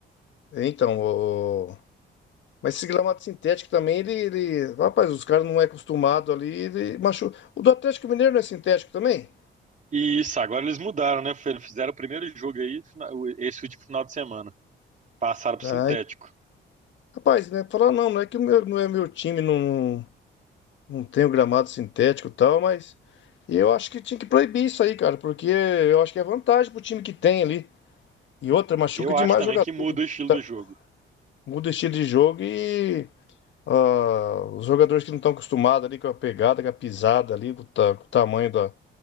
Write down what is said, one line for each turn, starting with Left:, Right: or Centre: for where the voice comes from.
Left: Então, o... mas esse gramado sintético também, ele, ele- Rapaz, os caras não é acostumado ali, ele machu... O do Atlético Mineiro não é sintético também?
Right: E isso, agora eles mudaram, né? Eles fizeram o primeiro jogo aí, fina- o- esse último final de semana. Passaram pro
Left: Ah,
Right: sintético.
Left: en- rapaz, né? Falar, não, não é que o meu, não é meu time, não, não tem o gramado sintético e tal, mas eu acho que tinha que proibir isso aí, cara, porque eu acho que é vantagem pro time que tem ali. E outra, machuca
Right: Eu
Left: demais
Right: acho também
Left: o jogador.
Right: que muda o estilo
Left: Tá-
Right: do jogo.
Left: Muda o estilo de jogo e Ah, os jogadores que não estão acostumados ali com a pegada, com a pisada ali, do ta- com o tamanho da,